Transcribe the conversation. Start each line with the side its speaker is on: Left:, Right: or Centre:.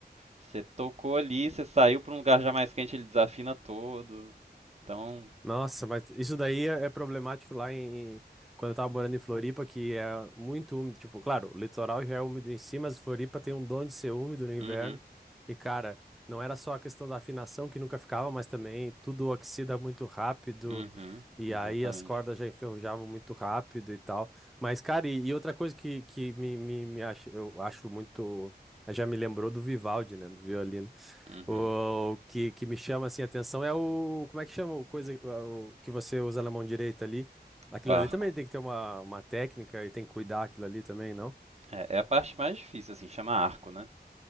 Right: você tocou ali, você saiu pra um lugar já mais quente, ele desafina todo. Então,
Centre: Nossa, mas isso daí é é problemático lá em, em- quando eu tava morando em Floripa, que é muito úmido. Tipo, claro, o litoral já é úmido em si, mas Floripa tem um dom de ser úmido no inverno.
Right: uhum,
Centre: E, cara, não era só a questão da afinação que nunca ficava, mas também tudo oxida muito rápido.
Right: uhum,
Centre: E
Right: exatamente.
Centre: aí as cordas já enferrujavam muito rápido e tal. Mas, cara, e, e outra coisa que, que me, me, me acho, eu acho muito. Já me lembrou do Vivaldi, né? Do violino.
Right: Uhum.
Centre: O que, que me chama assim a atenção é o. Como é que chama o coisa o que você usa na mão direita ali? Aquilo
Right: O arco.
Centre: ali também tem que ter uma, uma técnica e tem que cuidar aquilo ali também, não?
Right: É, é a parte mais difícil, assim, chama arco, né?